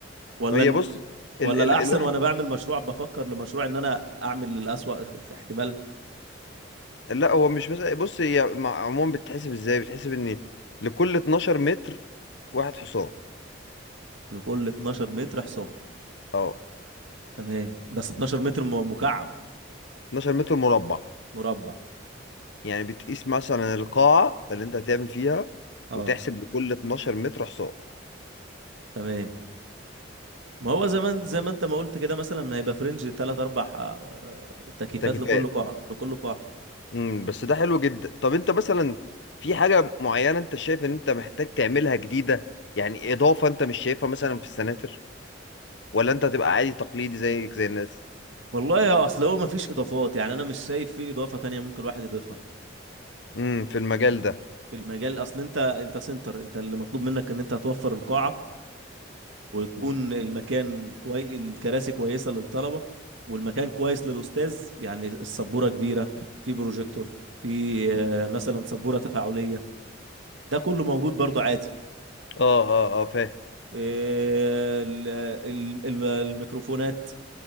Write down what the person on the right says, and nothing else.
ولا
ولا
الأحسن
وأنا بعمل مشروع بفكر لمشروع إن أنا أعمل الأسوأ احتمال
لكل 12 متر حصان
تمام بس 12 متر م- مكعب
مربع
أه
تمام ما هو زمان زي ما أنت ما قلت كده مثلا هيبقى فرنج تلات أربع آه، تكييفات
لكل قاعة لكل قاعة
والله يا أصل هو مفيش إضافات يعني أنا مش شايف في إضافة تانية ممكن الواحد يضيفها
في المجال أصل أنت أنت سنتر أنت اللي مطلوب منك إن أنت هتوفر القاعة ويكون المكان كوي... الكراسي كويسة للطلبة والمكان كويس للأستاذ يعني السبورة كبيرة في بروجيكتور في آه، مثلا سبورة تفاعلية ده كله موجود برضو عادي
آه، ال- ال- ال- الميكروفونات